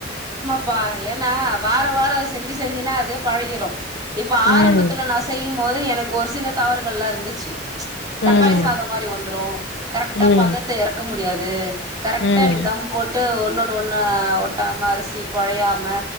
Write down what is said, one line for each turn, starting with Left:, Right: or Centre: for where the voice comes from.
Right: ப்பா ஏனா வார வாரோ அது செஞ்சு செஞ்சுனா அதே பழகிறு இப்ப ஆரம்பத்துல
Left: ம்
Right: நா செய் நி மொதோ எனக்கு ஒரு சில தவறுகள் எல்லா இருந்துச்சு தக்காளி
Left: ம்
Right: சாதோ மாரி வந்துரு கரெக்டா
Left: ம்
Right: பதத்த எறக்க மு முடியாது கரெக்ட
Left: ம்
Right: எனக்கு தம் போட்டு ஒன்னொ ஒன்னா ஒட்டாம அரிசி குழையாம